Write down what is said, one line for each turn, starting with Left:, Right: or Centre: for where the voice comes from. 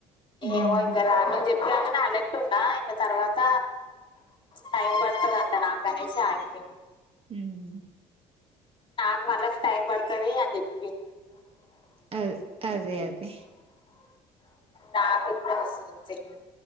Left: ఏమో
Right: ఉమ్
Left: ఇంకా <unintelligible> గన్నా అలెర్ట్ ఉన్నా ఇంగ తర్వాత టై పడతాదంట నాకనేసి ఆగిపోయినా
Right: ఊహూ
Left: నాకు మళ్ళ టైం పడుతది అని చెప్పిన్
Right: అది అదే అదే
Left: నాకు ఇప్పుడే వస్తుంది తెల్వదు